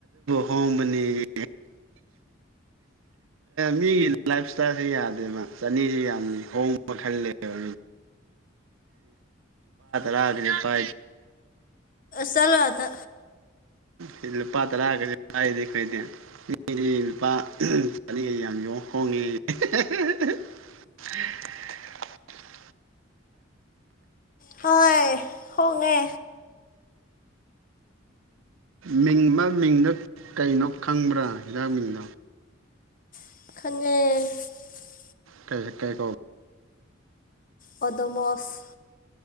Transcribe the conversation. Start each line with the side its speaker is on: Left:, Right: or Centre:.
Right: ꯍꯣꯡꯕꯅꯤ ꯃꯤꯒꯤ ꯂꯥꯏꯐ ꯏꯁꯇꯥꯏꯜꯁꯨ ꯌꯥꯗꯦꯕ ꯆꯅꯤꯁꯨ ꯌꯥꯝꯅꯤ ꯍꯣꯡꯕ ꯃꯈꯜ ꯂꯩꯕ ꯔ ꯄꯥꯏ
Left: ꯆꯂꯋꯥꯗ
Right: ꯐ ꯂ ꯄꯇ ꯂꯥ ꯀ ꯑꯥꯏꯗꯤ ꯈ ꯏꯗꯦ ꯃꯤꯗꯤ ꯅꯨꯄꯥ ꯆꯅꯤꯒꯩ ꯌꯥꯝ ꯌꯦ ꯍꯣꯡꯉꯦ <unintelligible>
Left: ꯍꯣꯏ ꯍꯣꯡꯅꯦ
Right: ꯃꯤꯡ ꯃ ꯃꯤꯡꯗꯣ ꯀꯩꯅꯣ ꯈꯪꯕ꯭ꯔꯥ ꯍꯤꯗꯥꯛ ꯃꯤꯡꯗꯣ
Left: ꯈꯪꯪꯉꯦ
Right: ꯀꯩ ꯀꯩ ꯀꯒ
Left: ꯀꯗꯣꯃꯣꯁ